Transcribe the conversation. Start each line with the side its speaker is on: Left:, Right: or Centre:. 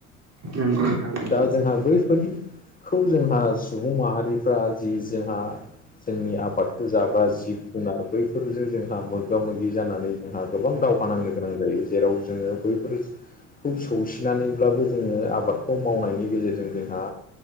Right: नंगौ नोंथां नंगौ
Left: दाजोंहाबो खौ जोंहा सुबुं माहारिफ्रा जि जोंहा जोंनि आबादखौ जाग्रा जिब जुनार बैफोरजों जोंहा मोगा मोगि जानानै जोंहा गोबां दावहा नांनो गोनां जायो जेराव जोङो बैफोर खौ सौसिनानैब्लाबो जोङो आबादखौ मावनायनि गेजेरजों जोंहा